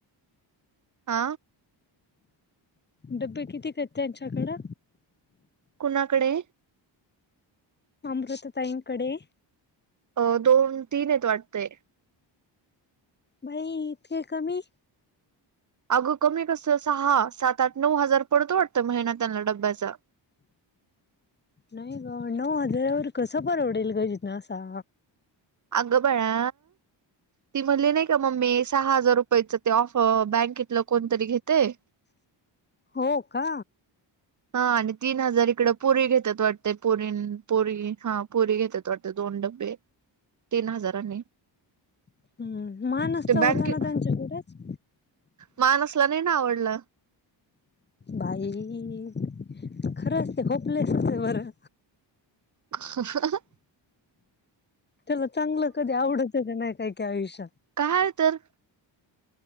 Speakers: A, on the right; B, on the left.
A: आ
B: डब्बे कितीक येत त्यांच्याकडं
A: कुणाकडे
B: अमृता ताईंकडे
A: अ दोन तीन येत वाटतय.
B: भाई इतके कमी
A: अगं कमी कस सहा सात आठ नऊ हजार पडतो वाटतं महिना त्यांना डब्याचा
B: नाही ग नऊ हजारावर कसं परवडेल ग जिज्ञानासा
A: अग बाळा ती म्हणली नायं का मम्मी सहा हजार रुपयाच ते ऑफ बँके तल कोणतरी घेतयं.
B: हो का
A: हा आणि तीन हजार इकड पोरी घेतात वाटते पोरी पोरगी हा पोरी घेतात दोन डब्बे तीन हजारांनी
B: हम्म मानसचा
A: ते
B: होता
A: बँके
B: ना त्यांच्याकडेच
A: मानसला नाही ना आवडल
B: बाई खरंच ते होपलेस ये बरं
A: <unintelligible>
B: त्याज चांगलं कधी आवडतच नाही काय काय आयुष्यात
A: काहळ तर